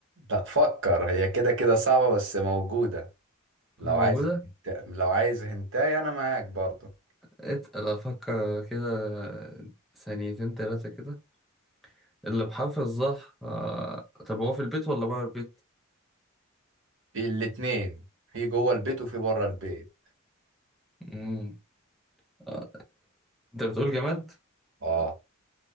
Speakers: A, on the right; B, in the centre.
A: لا فكر هي كده كده صعبة بس موجودة لو
B: موجودة
A: عايز هنت... لو عايز هنتاي انا معاك برضه
B: اتقل أفكر كده ثانيتين تلاتة كده اللي بحرف الظهر آه. طب هو في البيت ولا بره البيت؟
A: في الاتنين في جوه البيت وفي بره البيت
B: مم. آه. أنت بتقول جماد؟
A: اه